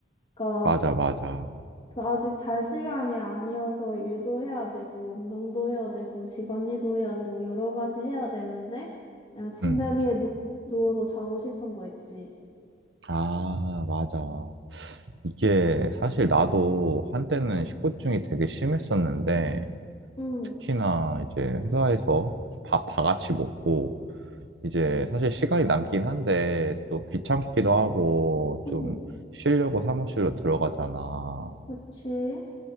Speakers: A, on the left (about 30°); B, on the right (about 80°).
A: 그러니까
B: 맞아, 맞아.
A: 아직 잘 시간이 아니어서 일도 해야 되고, 운동도 해야 되고, 집안일도 해야 되고, 여러 가지 해야 되는데, 그냥 침대
B: 음,
A: 위에 누, 누워서 자고 싶은 거 있지.
B: 아, 맞아. 이게 사실 나도 한때는 식곤증이 되게 심했었는데
A: 응,
B: 특히나 이제 회사에서 밥 다 같이 먹고 이제 사실 시간이 남긴 한데 또 귀찮기도 하고 좀
A: 응,
B: 쉬려고 사무실로 들어가잖아.
A: 그치.